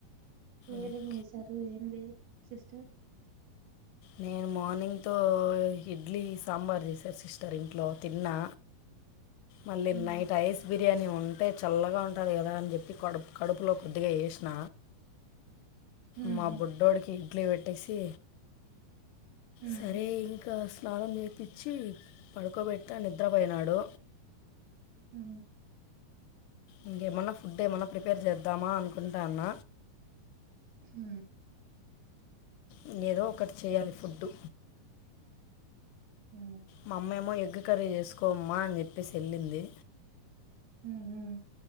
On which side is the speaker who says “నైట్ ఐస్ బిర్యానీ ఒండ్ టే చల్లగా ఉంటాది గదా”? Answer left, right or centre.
Left